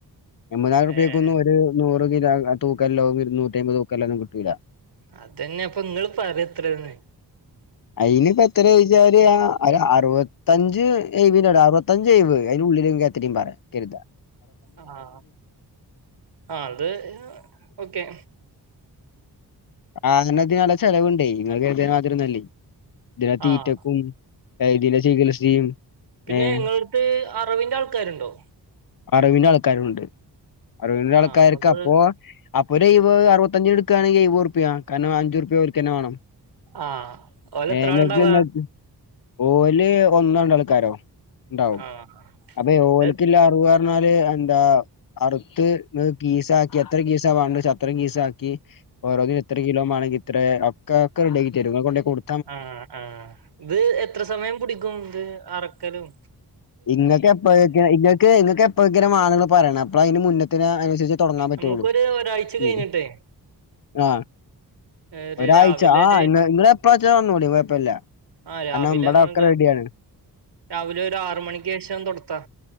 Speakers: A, on the left; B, on the right.
A: എൺമ്പതിനായിരം റുപ്പേക്കൊന്നും
B: ഏഹ്
A: ഒരു നൂറ് കിലോ തൂക്കല്ലോ ഇര്നൂറ്റി അമ്പത് തൂക്കല്ലോ ഒന്നും കിട്ടൂല
B: അതന്നെ അപ്പൊ നിങ്ങള് പറയ് എത്രന്ന്
A: അയില് പത്രേ ചോയ്ച്ചാൽ അറുപത്തഞ്ച് എ അറുപ- സഞ്ചൈവ് അയ്ന്റെ ഉള്ളില് എത്രി പറയാം കര്ത
B: ആഹ് ആത് ഓക്കെ
A: ആഹ് അങ്ങനെ തിനല്ല ചെലവുണ്ടേ ങ്ങൾ കര്ത്ണ മാതിരിന്നല്ലേ ഇതിന് തീറ്റക്കും
B: ആഹ്
A: <unintelligible> ചികിത്സയും
B: പിന്നെ
A: ഏഹ്
B: ങ്ങളടുത്ത് അറവിന്റെ ആൾക്കാരുണ്ടോ
A: അറവിന്റെ ആൾക്കാരുണ്ട് അറിവിന്റെ
B: ആഹ്
A: ആൾക്കാർക്കപ്പോ
B: നമ്മക്ക്
A: അപ്പൊ ഒരു എഴുവഹ് അറുപത്തിഞ്ചിന് എടുക്കാണെങ്കി എഴുവഹ്ർപ്യ കാരണം അഞ്ചുർപ്യ ഓൽക്കന്നെ വേണം
B: ആഹ് ഓല് എത്ര
A: ഏഹ് ഇങ്ങക്ക്
B: ആൾണ്ടാവ
A: ഇങ്ങക്ക് ഓല് ഒന്നോ രണ്ടോ ആൾക്കാരോ ണ്ടാവും
B: ആഹ്
A: അപ്പൊ ഓൽക്ക്
B: ഇത്
A: പോവാർഞ്ഞാല് എന്താ അറുത്ത് നി കീസ് ആക്കി എത്ര കീസാ വാണ്ടേച്ച അത്ര കീസ് ആക്കി ഓരോന്നിനും എത്ര കിലോമാേണെങ്കി ഇത്ര ഒക്കെ ഒക്കെ റെഡി ആക്കി തരും നിങ്ങൾ കൊണ്ടയ് കൊടു
B: ആഹ് ആഹ് ഇത് എത്ര സമയം പിടിക്കും ഇത് അറ്ക്കലും
A: ഇങ്ങക്ക് എപ്പഴൊക്കെ ഇങ്ങക്ക് ഇങ്ങക്ക് എപ്പഴൊക്കേണ് മാണന്ന് പറയ്ണെ അപ്പളെ ഐൻ്റെ മുന്നെ ത്തിനാ അയ്നസരിച്ച് തുടങ്ങാൻ പറ്റുള്ളൂ
B: നമുക്കൊരു ഒരാഴ്ച കഴിഞ്ഞിട്ടേ
A: ഉം ആഹ്
B: ഒരു
A: ഒരാഴ്ച
B: രാവിലെ
A: ആഹ്
B: ഒരു
A: ഇങ്ങള എപ്പഴാച്ചാ വന്നൂളീം കുഴപ്പല്ല
B: ആഹ് രാവിലെ
A: കാരണം ഇവിടെ
B: നമ്മക്ക്
A: ഒക്കെ റെഡിയാണ്
B: രാവിലെ ഒരു ആറ് മണിക്ക് ശേഷം തൊടത്താ